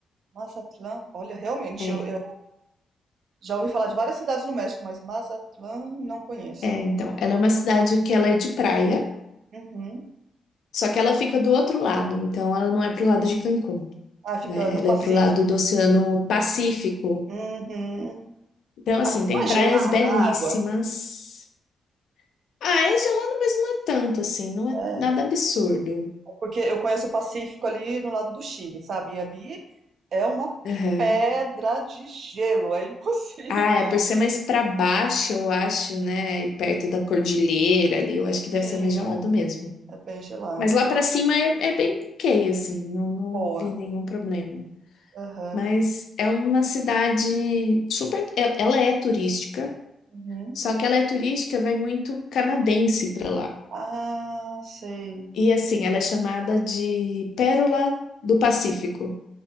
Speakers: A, on the right (about 65°); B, on the left (about 75°).
A: Mazatlán, olha, realmente,
B: É,
A: eu, eu já ouvi falar de várias cidades no México, mas Mazatlán não conheço.
B: é, então, ela é uma cidade que ela é de praia,
A: Uhum.
B: só que ela fica do outro lado, então ela não é pro lado de Cancún,
A: Ah, fica
B: né?
A: no
B: Ela
A: Pacífico.
B: é pro lado do Oceano Pacífico.
A: Uhum.
B: Então, assim,
A: Não
B: tem
A: é
B: praias
A: gelada
B: belíssimas.
A: a água?
B: Ah, é gelado, mas não é tanto assim, não é
A: É.
B: nada absurdo.
A: Porque eu conheço o Pacífico ali no lado do Chile, sabe? E ali é uma
B: Aham.
A: pedra de gelo, é <laughs> impossível.
B: Ah, é por ser mais pra baixo, eu acho, né? E perto da cordilheira ali,
A: Sim,
B: eu acho que deve ser mais gelado mesmo.
A: é bem gelado.
B: Mas lá pra cima é, é bem ok, assim, não, não
A: Boa.
B: vi nenhum problema.
A: Aham.
B: Mas é uma cidade super. é- Ela é turística,
A: Uhum.
B: só que ela é turística, vai muito canadense para lá.
A: Ah, sei.
B: E assim, ela é chamada de Pérola do Pacífico,